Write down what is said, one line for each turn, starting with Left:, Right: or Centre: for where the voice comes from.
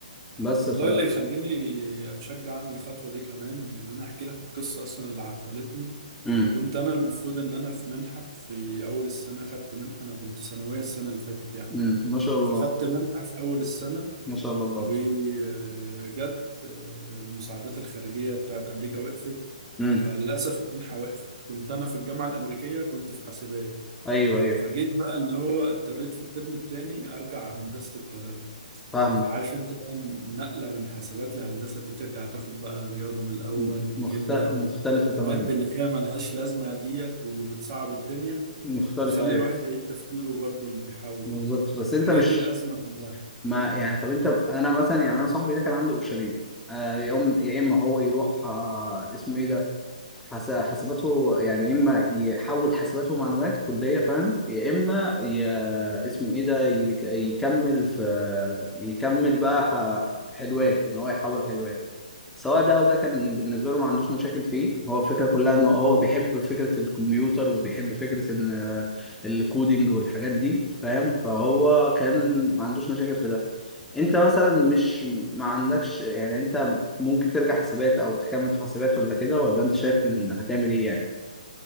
Centre: بس
Right: والله
Centre: ف
Right: اللي يخليني أتشجع أعمل الخطوة دي كمان يعني أنا أحكي لك القصة أصلا اللي عطلتني
Centre: امم
Right: كنت أنا المفروض إن أنا في منحة في أول السنة خدت منحة أنا كنت ثانوية السنة اللي فاتت يعني
Centre: امم ما شاء الله
Right: فخدت منحة في أول السنة
Centre: ما شاء الله الله
Right: وجت آه، المساعدات الخارجية بتاعت أمريكا وقفت
Centre: امم
Right: فللأسف المنحة وقفت كنت أنا في الجامعة الأمريكية كنت في حاسبات
Centre: ايوه ايوه
Right: فجيت بقى اللي هو اضطريت في الترم التاني أرجع هندسة القاهرة
Centre: فاهمك
Right: فعارف أنت بقى النقلة من حاسبات لهندسة دي ترجع تاخد بقى رياضة من الأول
Centre: م- مخت...
Right: وكيمياء
Centre: مختلفه تماما
Right: ومواد اللي هي ملهاش لازمة ديت وبتصعب الدنيا
Centre: مختلفه
Right: بتخلي
Centre: ايوه
Right: الواحد يعيد تفكيره برضه إنه يحول
Centre: بالظبط بس انت
Right: فهي
Centre: مش
Right: دي الأزمة كلها
Centre: ما يعني طب انت انا مثلا يعني انا صاحبي ده كان عنده اوبشنين آه، يا أم- يا اما هو يروح آه، اسمه ايه ده حس... حساباته يعني يا اما يحول حسابات ومعلومات كليه فاهم يا اما ي... اسمه ايه ده يك... يكمل في يكمل بقى ح... حلوان ان هو يحول حلوان سواء ده او ده كان بالنسبه له ما عندوش مشاكل فيه هو الفكره كلها ان هو بيحب فكره الكمبيوتر وبيحب فكره ان آه، الكودينج والحاجات دي فاهم فهو كان ما عندوش مشاكل في ده انت مثلا مش ما عندكش يعني انت ممكن ترجع حسابات او تكمل في حسابات ولا كده ولا انت شايف ان هتعمل ايه يعني